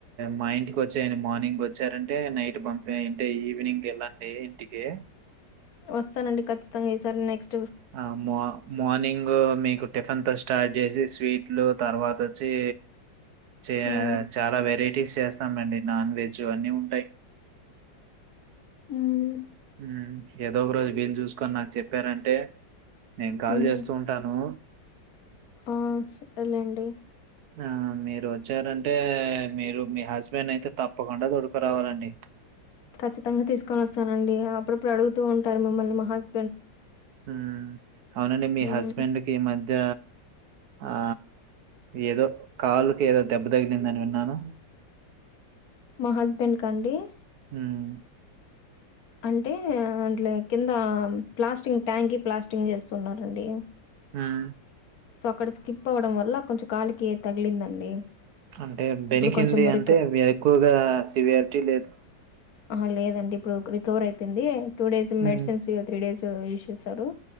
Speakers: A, on the right; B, on the left.
A: మా ఇంటికి వచ్చేయను మార్నింగ్ వచ్చారంటే నైట్ పంపే ఇంటే ఈవినింగ్ ఎళ్ళండీ. టికే
B: వస్తానండి ఖచ్చితంగా ఈ సార్ నెక్స్
A: ఆ మో మార్నింగూ మీకు టిఫెన్తో స్టార్ట్ జేసి స్ వీట్లు తర్వాతొచ్చీ చే
B: ఉమ్,
A: చాలా వెరైటీస్ చేస్తామండి. నాన్ వెజ్ అన్నీ ఉంటాయ్.
B: ఉమ్.
A: ఉమ్ ఏదో ఒక రోజు వీల్ జూసుకొని నాకు చెప్పారంటే? నేన్ కాల్
B: ఉమ్.
A: జేస్తు ఉంటానూ.
B: ఆ సరెలేండి.
A: ఆ మీరు వచ్చారంటే? మీరు మీ హస్బెండ్ని అయితే తప్పకుండా తోడుకోరావాలండి.
B: ఖచ్చితంగ తీసుకొని వస్తానండి అప్పుడప్పుడు అడుగుతూ ఉంటారు మిమ్మల్ని మహాస్
A: ఉమ్ అవునండి మీ
B: హ్మ్.
A: హస్బెండ్కి ఈ మధ్య ఆ ఏదొ కాలుకి ఏదో దెబ్బ తగిలిందని విన్నాను.
B: మా హస్బెండ్కా అండి.
A: ఉమ్.
B: అంటే అట్ల కింద ప్లాస్టింగ్ ట్యాంకి ప్లాస్టింగ్ చేస్తున్నారండి.
A: ఉమ్
B: సో అక్కడ స్కిప్ అవ్వడం వల్ల కొంచెం కాలుకి తగిలిందండి.
A: అంటే బెణికింది
B: ఇప్పుడు కొంచెం
A: అంటే
B: రిక
A: ఎక్కువగా సివియార్టీ లేద్.
B: ఆహ లేదండి ఇప్పుడు రికవర్ అయిపోయింది two days
A: hmm.
B: Medicines three days use చేసాడు.